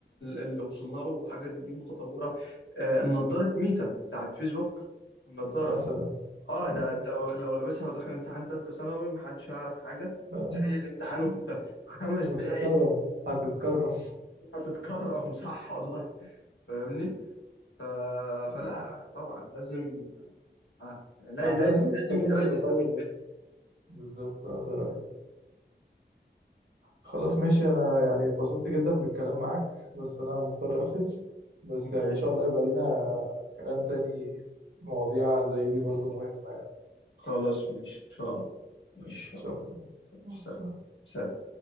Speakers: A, on the left (about 85°); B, on the right (about 65°).
A: اللي وصلنا له حاجات دي متطوره آه نظاره ميتا بتاعت فيسبوك النظاره
B: مثلا
A: اه
B: آه.
A: ده انت لو لو لابسها وداخل امتحان ثالثه ثانوي محدش هيعرف حاجه
B: آه.
A: هتحل الامتحان وانت <laughs> في خمس
B: وتتكرم
A: دقايق
B: هتتكرم
A: هتتكرم صح والله فاهمني ف...
B: آه.
A: فلا طبعا لازم آه. لا
B: يعني
A: لازم
B: احنا لازم نستفيد
A: لازم الاي
B: بالتطور
A: تستفيد
B: ده بالظبط آه، ده رأيي خلاص ماشي انا يعني اتبسطت جدا بالكلام معاك بس انا مضطر اقفل بس
A: منه
B: يعني
A: ماشي
B: ان شاء الله يبقى لينا كلام تاني مواضيع زي دي برضو مهمة يعني
A: خلاص ماشي ان شاء الله ماشي
B: ان شاء الله مع
A: سلام
B: السلامة
A: سلام